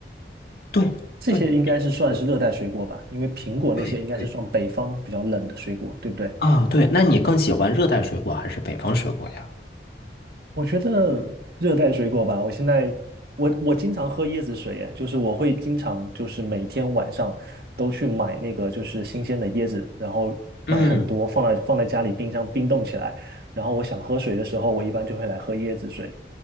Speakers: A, on the left; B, on the right.
A: 对对
B: 这些应该是算是热带水果吧，
A: 对
B: 因为苹果那些应该是算北方比较冷的水果，
A: 对对
B: 对不对？
A: 啊，对，那你更喜欢热带水果还是北方水果呀？
B: 我觉得热带水果吧，我现在我我经常喝椰子水，哎，就是我会经常就是每天晚上都去买那个就是新鲜的椰子，然后买很多放在放在家里冰箱冰冻起来，
A: 嗯，
B: 然后我想喝水的时候，我一般就会来喝椰子水。